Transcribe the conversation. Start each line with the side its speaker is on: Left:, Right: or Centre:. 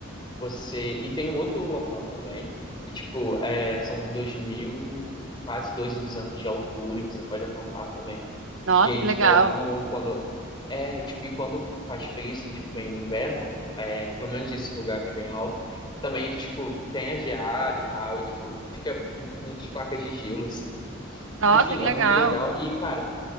Left: você. E tem um outro local também, que, tipo, é, são 2.000 quase 2.200 de altura, e você pode acampar também.
Right: Nossa,
Left: E aí,
Right: que legal.
Left: tipo, lá no. Quando... É, e, tipo, e quando faz frio, assim, tipo, bem no inverno, é, pelo menos nesse lugar que é bem alto, também, tipo, tem a geada e tal, e, tipo, fica com muitas placas de gelo, assim.
Right: Nossa,
Left: Enfim,
Right: que
Left: é
Right: legal.
Left: muito legal. E, cara,